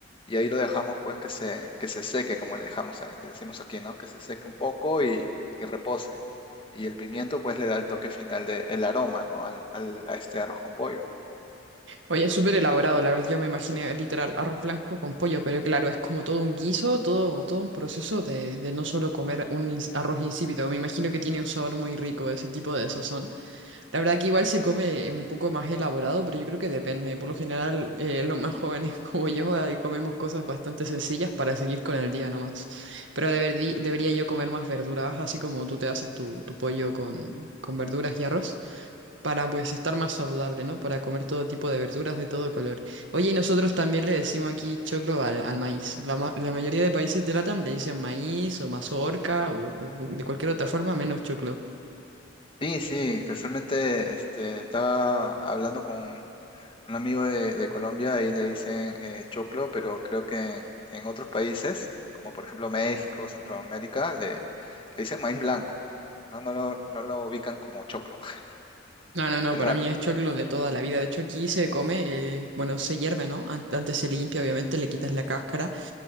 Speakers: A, on the left; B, on the right.
A: y ahí lo dejamos pues que se, que se seque, como le dejamos, a- le decimos aquí, ¿no? Que se seque un poco y, y repose. Y el pimiento pues le da el toque final de, el aroma, ¿no? al, al- a este arroz con pollo.
B: Oye, es súper elaborado, la verdad. Yo me imaginé literal arroz blanco con pollo, pero claro, es como todo un guiso, todo, todo un proceso de, de no solo comer un ins- arroz insípido. Me imagino que tiene un sabor muy rico ese tipo de sazón. La verdad que igual se come un poco más elaborado, pero yo creo que depende. Por lo general, eh, los más jóvenes <laughs> como yo ahí comemos cosas bastante sencillas para seguir con el día nomás. Pero deberí- debería yo comer más verduras, así como tú te haces tu, tu pollo con, con verduras y arroz para pues estar más saludable, ¿no? Para comer todo tipo de verduras de todo color. Oye, y nosotros también le decimos aquí choclo al, al maíz. La, ma- la mayoría de países de LATAM le dicen maíz o mazorca o, o de cualquier otra forma menos choclo.
A: Sí, sí, casualmente este, estaba hablando con un amigo de, de Colombia y le dicen eh, choclo, pero creo que en, en otros países, como por ejemplo México, Centroamérica, le, le dicen maíz blanco. No, no lo, no lo ubican como choclo. <laughs>
B: No, no, no,
A: Es
B: para
A: raro.
B: mí es choclo de toda la vida. De hecho, aquí se come, eh, bueno, se hierve, ¿no? Ant- Antes se limpia, obviamente, le quitas la cáscara